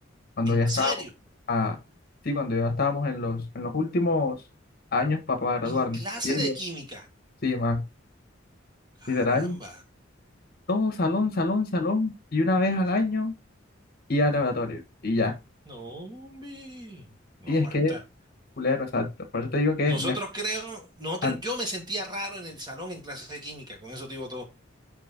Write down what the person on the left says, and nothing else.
cuando
ya estábamos,
ah, sí, cuando ya estábamos en los, en los últimos años pa- para, graduarnos.
Y ellos,
sí, man,
literal, todo salón, salón, salón, y una vez al año y al laboratorio, y ya.
Sí,
es que, fulero, exacto. Por eso te digo que
me...
an-